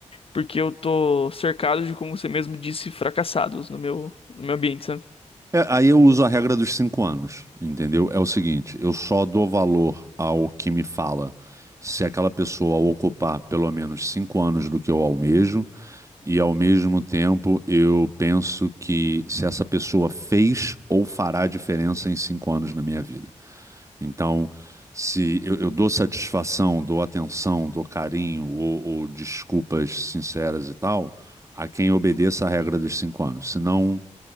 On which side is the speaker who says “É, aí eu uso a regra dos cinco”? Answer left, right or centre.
Right